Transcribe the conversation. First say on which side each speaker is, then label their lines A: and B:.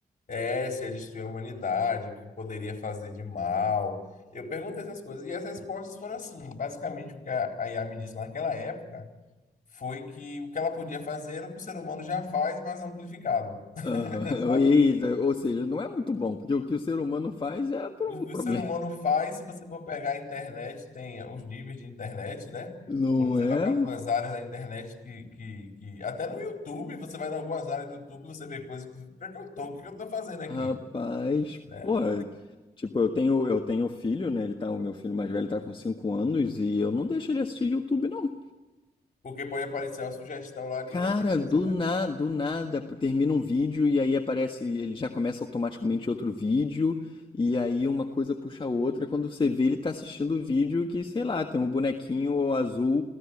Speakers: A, on the left; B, on the left.
A: É, se ia destruir a humanidade, o que poderia fazer de mal. Eu perguntei essas coisas. E as respostas foram assim. Basicamente, o que a a IA me disse naquela época foi que o que ela podia fazer era o que o ser humano já faz, mas amplificado, <laughs>
B: Aham.
A: sabe?
B: E- e- Ou seja, não é muito bom, porque o que o ser humano faz é por
A: O
B: um
A: que
B: problema.
A: o ser humano faz, se você for pegar a internet, tem os níveis de internet, né?
B: Não
A: Quando você
B: é?
A: vai para algumas áreas da internet que, que, que- Até no YouTube, você vai em algumas áreas do YouTube, você vê coisas que... Por que eu tô? O que eu tô fazendo aqui?
B: Rapaz,
A: Né?
B: pô, tipo, eu tenho, eu tenho filho, né? Ele tá, o meu filho mais velho tá com 5 anos e eu não deixo ele assistir YouTube, não.
A: Porque pode aparecer uma sugestão lá de
B: Cara,
A: qualquer coisa,
B: do
A: né?
B: na, do nada termina um vídeo e aí aparece, ele já começa automaticamente outro vídeo, e aí uma coisa puxa a outra. Quando você vê, ele tá assistindo o vídeo que, sei lá, tem um bonequinho azul